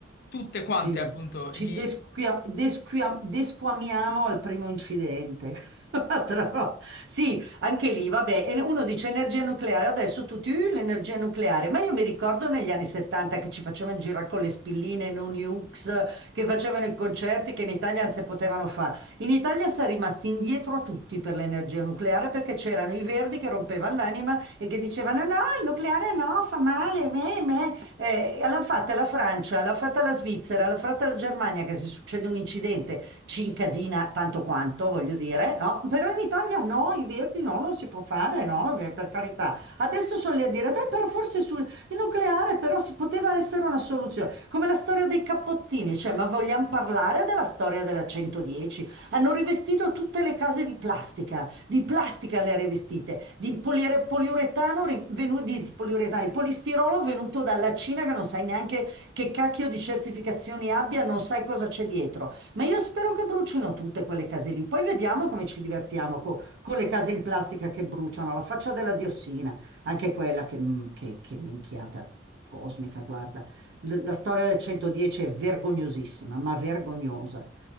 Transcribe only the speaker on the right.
Sì, va-
ci
desquia- desquia- desquamiamo al primo incidente. <laughs> Altra roba. Sì, anche lì, vabbè, e uno dice energia nucleare, adesso tutti, "Uh, l'energia nucleare, ma io mi ricordo negli anni 70 che ci facevano girare con le spilline non nukes, che facevano i concerti che in Italia non si potevano fare. In Italia si è rimasti indietro a tutti per l'energia nucleare perché c'erano i verdi che rompevano l'anima e che dicevano no, il nucleare no, fa male, me, me. Eh, l'hanno fatta la Francia, l'ha fatta la Svizzera, l'ha fatta la Germania, che se succede un incidente ci incasina tanto quanto, voglio dire, no? Però in Italia no, i verdi no, non si può fare, no, eh, per carità. Adesso sono lì a dire, beh, però forse sul il nucleare però si poteva essere una soluzione, come la storia dei cappottini, cioè, ma vogliamo parlare della storia della 110? Hanno rivestito tutte le case di plastica di plastica le rivestite, di polire- poliuretano, ri- venu- di poliuretano, di polistirolo venuto dalla Cina che non sai neanche che cacchio di certificazioni abbia, non sai cosa c'è dietro. Ma io spero che bruciino tutte quelle case lì. Poi vediamo come ci divertiamo co- con le case in plastica che bruciano, la faccia della diossina, anche quella che, mm, che- che minchiata cosmica, guarda. L- la storia del 110 è vergognosissima, ma vergognosa.